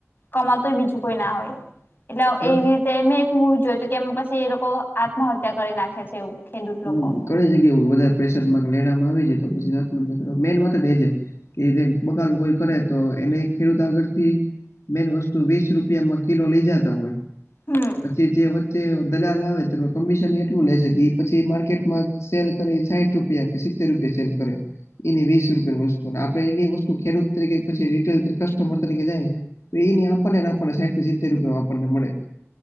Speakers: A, on the left (about 45°); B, on the left (about 80°).
A: કમાતુંય બીજું કોઈ ના હોય. એટલે એવી
B: આ
A: રીતે મેં એક મૂવી જોયું હતું કે પછી એ લોકો આત્મહત્યા કરી નાખ્યા છે એવું ખેડૂત લોકો
B: હમ ઘણી જગ્યા વધારે પ્રેશરમાં લેવામાં આવે છે તો પછી <unintelligible> મેન વાત એ છે. કે જે બબાલ બબાલ કોઈ કરે તો એને ખેડૂત આગળથી મેન વસ્તુ વીસ રૂપિયામાં કિલો લઇ જતા હોય
A: હમ્મ.
B: પછી જે વચ્ચે દલાલ આવે તો કમિશન એટલું લે છે પછી માર્કેટમાં સેલ કરે સાહીઠ રૂપિયા કે સિત્તેર રૂપિયા સેલ કરે. એની વીસ રૂપિયાની વસ્તુ અને આપડે એની વસ્તુ ખેડૂત તરીકે પછી રીટેલ કસ્ટમર તરીકે જાય તો એની આપણને આપણને સાઠ થી સિતેર રૂપિયામાં આપણને મળે.